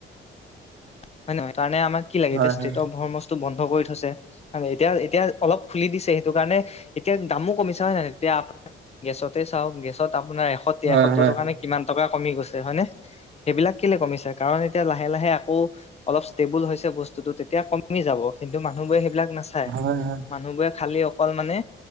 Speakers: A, on the left; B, on the right.
A: হয় নহয় তাৰণে আমাক কি লাগে
B: হয়
A: এতিয়া ষ্টট
B: হয়
A: অৰ্মচটো বন্ধ কৰি থৈছে। হয় ন এতিয়া, এতিয়া অলপ ফুলি দিছে সেইটো কাৰণে, এতিয়া দামো কমিছে হয় নে নহ এতিয়া গেছতে চাও গেছত আপোনাৰ এশ তিৰাসত্তৰ
B: হয় হয়
A: টকা নে কিমান টকা কমি গৈছে হয় নে, সেইবিলাক কেলে কমিছে কাৰণ এতিয়া লাহে লাহে ৌ অলপ ষ্টেবুল হৈছে বস্তুতটো তেতিয়া কমি যাব কিন্তু মানুহবোৰে সেইবিলাক নাচাই,
B: হয় হয়
A: মানুহ বোৰে খালি অকল মানে